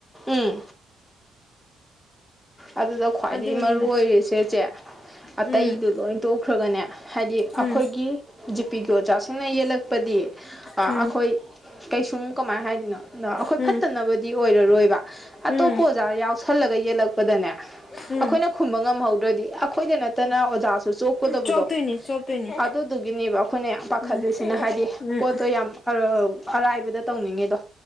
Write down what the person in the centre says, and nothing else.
ꯎꯝ ꯑꯗꯨꯗ ꯈ꯭ꯋꯥꯏꯗꯒꯤ
ꯃꯔꯨ ꯑꯣꯏꯔꯤ ꯁꯦꯆꯦ ꯑꯇꯩꯗꯨ
ꯂꯣꯏ ꯇꯣꯛꯈ꯭ꯔꯒꯅꯦ ꯍꯥꯏꯗꯤ
ꯑꯩꯈꯣꯏꯒꯤ ꯖꯤꯄꯤꯤꯒꯤ ꯑꯣꯖꯥꯁꯤꯡꯅ ꯌꯦꯜꯂꯛꯄꯗꯤ ꯑꯩꯈꯣꯏ
ꯀꯩꯁꯨꯝ ꯀꯃꯥꯏꯅ ꯍꯥꯏꯗꯣꯏꯅꯣ ꯑꯩꯈꯣꯏ
ꯐꯠꯇꯅꯕꯗꯤ ꯑꯣꯏꯔꯔꯣꯏꯕ
ꯑꯇꯣꯞꯄ ꯑꯣꯖꯥ ꯌꯥꯎꯁꯜꯂꯒ ꯌꯦꯜꯂꯛꯄ ꯗꯅꯦ
ꯑꯩꯈꯣꯏꯅ ꯈꯨꯝꯕ ꯉꯝꯍꯧꯗ꯭ꯔꯗꯤ ꯑꯩꯈꯣꯏꯗ ꯅꯠꯇꯅ ꯑꯣꯖꯥꯁꯨ ꯆꯣꯛꯀꯗꯕꯗꯣ
ꯑꯗꯨꯗꯨꯒꯤꯅꯦꯕ ꯑꯩꯈꯣꯏꯅ ꯌꯥꯝ ꯄꯥꯈꯠꯂꯤꯁꯤꯅ
ꯍꯥꯏꯗꯤ
ꯄꯣꯠꯇꯣ ꯌꯥꯝ ꯑꯔꯥꯏꯕꯗ ꯇꯧꯅꯤꯡꯉꯤꯗꯣ